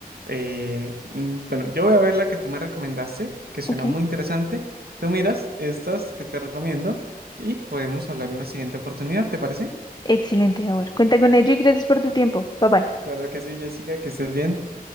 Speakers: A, on the right (about 80°); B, on the left (about 25°).
A: eh, mm, bueno, yo voy a ver la que tú me recomendaste, que suena
B: Ok,
A: muy interesante. Tú miras estas que te recomiendo y podemos hablar en una siguiente oportunidad, ¿te parece?
B: excelente, Howard. Cuenta con ello y gracias por tu tiempo. Bye bye.
A: Claro que sí, Jessica, que estés bien.